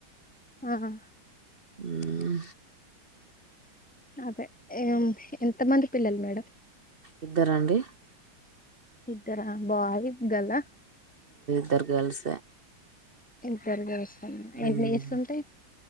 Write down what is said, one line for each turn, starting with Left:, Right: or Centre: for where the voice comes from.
Centre: ఆహా
Right: మ్మ్
Centre: అదే ఎంత మంది పిల్లలు మేడం
Right: ఇద్దరండి
Centre: ఇద్దరా బాయ్ గర్ల్ ఆ
Right: ఇద్దర్ గర్ల్సే
Centre: ఇద్దరు గర్ల్ ఆ
Right: హ్మ్.
Centre: ఎన్ని ఇయర్స్ ఉంటాయి